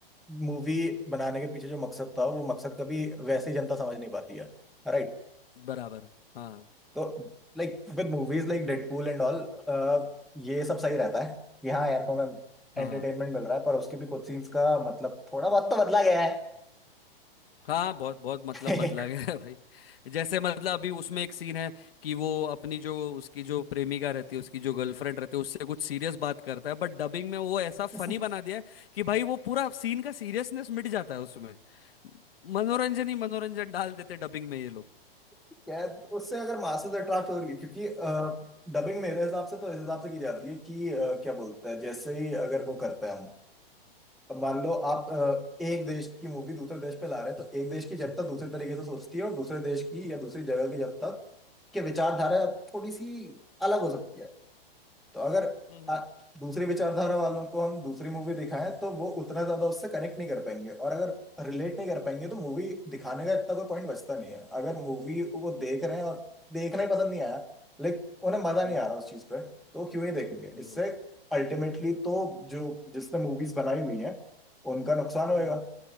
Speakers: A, in the centre; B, on the left.
A: मूवी बनाने के पीछे जो मकसद था वो मकसद कभी वैसे ही जनता समझ नहीं पाती है राइट
B: बराबर हाँ
A: तो like with movies like Deadpool and all ये सब सही रहता है कि हाँ यार को
B: हाँ
A: एंटरटेनमेंट
B: हाँ।
A: मिल रहा है पर उसके भी कुछ सीन्स का मतलब थोड़ा बहुत तो बदला गया
B: हाँ बहुत बहुत मतलब
A: है
B: बदला गया है भाई जैसे मतलब अभी उसमें एक सीन है कि वो अपनी जो उसकी जो प्रेमिका रहती है उसकी जो गर्लफ्रेंड रहती है उससे कुछ सीरियस बात करता है बट डबिंग में वो ऐसा
A: <laughs>
B: फनी बना दिया है कि भाई वो पूरा सीन का सीरियसनेस मिट जाता है उसमें मनोरंजन ही मनोरंजन डाल देते डबिंग में ये लोग
A: क्या उससे अगर मासेस अट्रैक्ट हो रही है क्योंकि डबिंग मेरे हिसाब से तो इस हिसाब से की जाती है कि अ, क्या बोलते हैं जैसे ही अगर वो करते हैं हम अब मान लो आप अ, एक देश की मूवी दूसरे देश पे ला रहे हैं तो एक देश की जनता दूसरे तरीके से सोचती है और दूसरे देश की या दूसरी जगह की जनता के विचारधारा थोड़ी सी अलग हो सकती है तो अगर
B: हम्म
A: आ, दूसरी विचारधारा वालों को हम दूसरी मूवी दिखाएं तो वो उतना ज्यादा उससे कनेक्ट नहीं कर पाएंगे और अगर रिलेट नहीं कर पाएंगे तो मूवी दिखाने का इतना कोई पॉइंट बचता नहीं है अगर मूवी वो देख रहे हैं और देखना ही पसंद नहीं आया लाइक उन्हें मजा
B: हम्म
A: नहीं आ
B: हम्म
A: रहा उस चीज पे तो वो क्यों ही देखेंगे
B: हम्म
A: इससे अल्टीमेटली तो जो जिसने मूवीज बनाई हुई हैं उनका नुकसान होएगा
B: हम्म, हम्म,